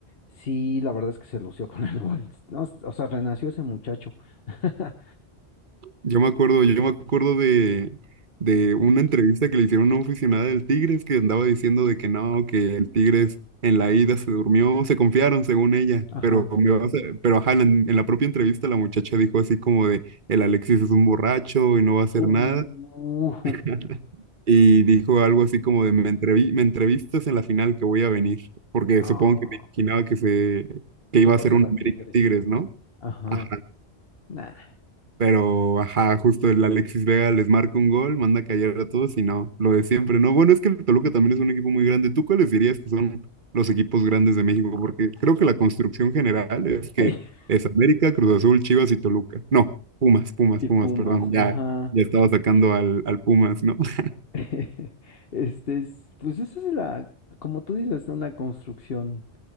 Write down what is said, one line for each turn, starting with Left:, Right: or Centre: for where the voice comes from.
Left: sí, la verdad es que se lució con el gol. No, o sea, renació ese muchacho. <laughs>
Right: Yo me acuerdo, yo me acuerdo de, de una entrevista que le hicieron a una aficionada del Tigres que andaba diciendo de que no, que el Tigres en la ida se durmió, se confiaron según ella,
Left: Ajá.
Right: pero me vas a- pero ajá, en la, en la propia entrevista la muchacha dijo así como de el Alexis es un borracho y no va a hacer
Left: Uy.
Right: nada <laughs> y dijo algo así como de me entrevi- me entrevistas en la final que voy a venir, porque
Left: Ah,
Right: supongo que me imaginaba que se que iba
Left: ¿qué pasará,
Right: a ser un América
Left: Tigres?
Right: Tigres, ¿no?
Left: Ajá.
Right: Ajá.
Left: Nah.
Right: Pero, ajá, justo el Alexis Vega les marca un gol, manda a callar a todos y no, lo de siempre, ¿no? Bueno, es que el Toluca también es un equipo muy grande. ¿Tú cuáles dirías que son los equipos grandes de México? Porque creo que la construcción general es que
Left: <laughs>
Right: es América, Cruz Azul, Chivas y Toluca. No, Pumas, Pumas,
Left: Y
Right: Pumas,
Left: Pumas,
Right: perdón, ya,
Left: ajá.
Right: ya estaba sacando al, al Pumas, ¿no? <laughs>
Left: <laughs> Este es, pues esa es la, como tú dices, una construcción,